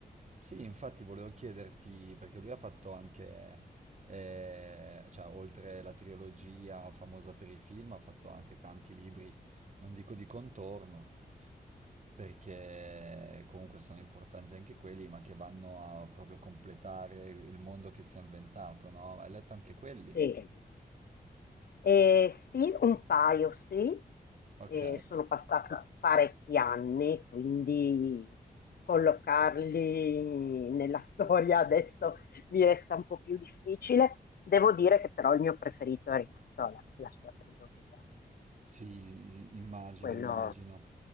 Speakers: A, on the right; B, on the left.
A: sì, infatti volevo chiederti, perché lui ha fatto anche, eh, cioè, oltre la trilogia famosa per i film, ha fatto anche tanti libri, non dico di contorno. perché comunque sono importanti anche quelli, ma che vanno a proprio completare il mondo che si è inventato, no? Hai letto anche quelli?
B: Sì. Eh, sì, un paio, sì.
A: Ok,
B: Eh, sono passati parecchi anni, quindi collocarli nella storia adesso mi resta un po' più difficile. Devo dire che però il mio preferito è rimasto la, la sua trilogia.
A: sì, sì, immagino,
B: Quello
A: immagino.